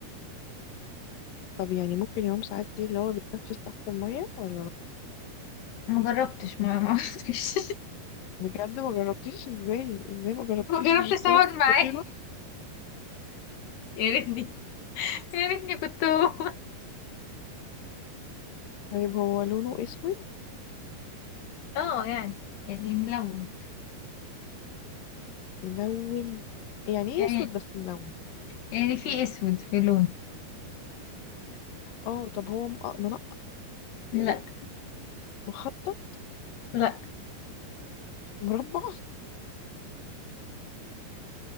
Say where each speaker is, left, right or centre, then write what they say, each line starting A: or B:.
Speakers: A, on the left; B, on the left.
A: طب يعني ممكن يعوم ساعات دي اللي هو بيتنفس تحت المية ولا لا
B: مجربتش ما ما <laughs>
A: بجد ما جربتيش ازاي ازاي ما جربتيش
B: ما جربتش
A: مش انتوا
B: اقعد
A: نفس الطفيلة
B: معاه <laughs> يا ريتني يا ريتني كنت هو
A: طيب هو لونه اسود
B: اه يعني يعني ملون
A: ملون يعني
B: يعني
A: ايه اسود بس ملون
B: يعني في اسود في لونه
A: اه طب هو مق- منق-
B: لا
A: مخطط
B: لا
A: مربع